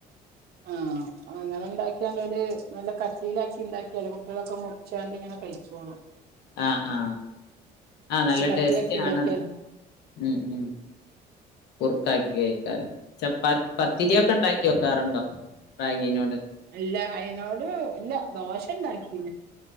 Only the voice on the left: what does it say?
ആ ആ ആ
നല്ല
ടേസ്റ്റ
ആണത് ഉം ഉം കുറുക്കാക്കി കഴിക്കാലോ ചപ്പാ പത്തിരിയ
ഒക്കെ ഉണ്ടാക്കി വെക്കാറുണ്ടോ റാഗിനോട്